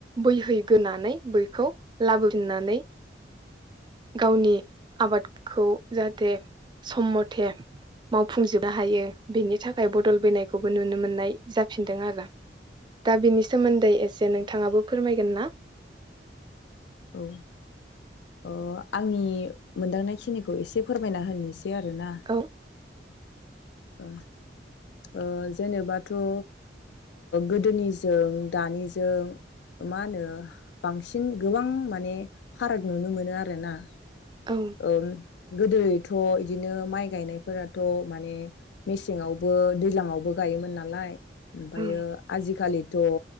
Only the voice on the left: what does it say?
औ अ आंनि मोनदांनायखिनिखौ एसे फोरमायना होनि । सै आरोना
ओ ओ जेनेबाथ' ओ गोदोनिजों दानिजों मा होनो बांसिन गोबां माने फाराग नुनो मोनो आरोना ।
ओम गोदोथ' इदिनो माइ गायनायफोराथ' माने मेसेंवबो दैज्लांवबो गायोमोन नालाय । ओमफ्रायो
आजिखालिथ'